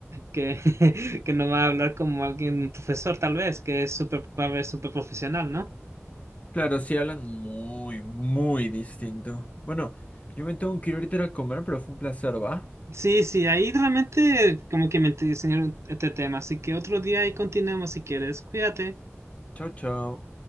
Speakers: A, on the right; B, on the left.
A: que, <laughs> que no va a hablar como alguien un profesor, tal vez, que es súper, va a ver súper profesional, ¿no?
B: Claro, sí hablan muy, muy distinto. Bueno, yo me tengo que ir ahorita a comer, pero fue un placer, ¿va?
A: Sí, sí, ahí realmente como que me enseñaron este tema, así que otro día ahí continuamos si quieres, cuídate.
B: Chao, chao.